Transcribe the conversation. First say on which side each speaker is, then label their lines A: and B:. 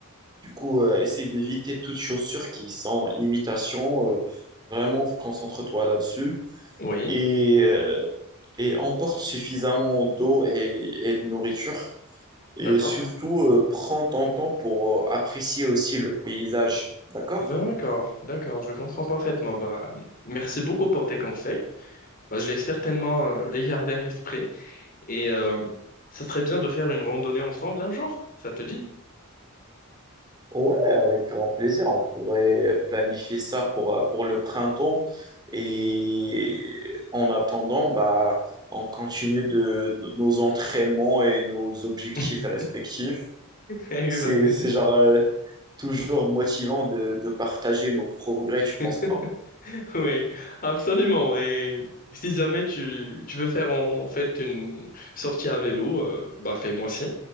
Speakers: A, on the right (about 20°); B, on the left (about 40°).
A: du coup, euh, essaie d'éviter toutes chaussures qui sont imitation. euh. vraiment, concentre-toi là-dessus
B: Oui.
A: et, euh, et emporte suffisamment d'eau et, et de nourriture. Et
B: D'accord.
A: surtout, euh, prends ton temps pour apprécier aussi le paysage, d'accord?
B: D'accord, d'accord, je comprends parfaitement. Bah, merci beaucoup pour tes conseils. Bah, je vais certainement euh, les garder à l'esprit et euh, ça serait bien de faire une randonnée ensemble un jour, ça te dit?
A: Ouais, avec grand plaisir. On pourrait planifier ça pour, euh, pour le printemps. Et en attendant, bah, on continue de, de nos entraînements et nos objectifs
B: <laughs>
A: respectifs.
B: Exact.
A: C'est, c'est genre euh, toujours motivant de, de partager nos progrès,
B: <laughs>
A: tu penses pas?
B: Oui, absolument. Et si jamais tu, tu veux faire en, fait une sortie à vélo, euh, bah fais-moi signe.